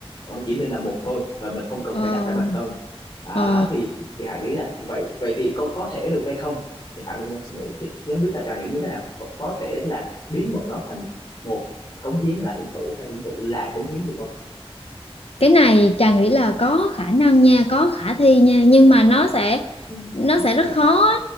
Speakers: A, on the left (about 45°); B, on the left (about 75°).
A: bọn nó chỉ nên là một thôi và mình không cần
B: ờ
A: phải đặt ra bàn cân à,
B: ờ
A: thì thì Hải nghĩ là vậy vậy thì có có thể được hay không thì Hải vẫn đang suy nghĩ thì, thì không biết là Trà nghĩ như thế nào có, có thể là biến bọn nó thành một cống hiến là hưởng thụ hay hưởng thụ là cống hiến được không
B: cái này Trà nghĩ là có khả năng nha có khả thi nha nhưng mà nó sẽ
A: Ừ.
B: nó sẽ rất khó á.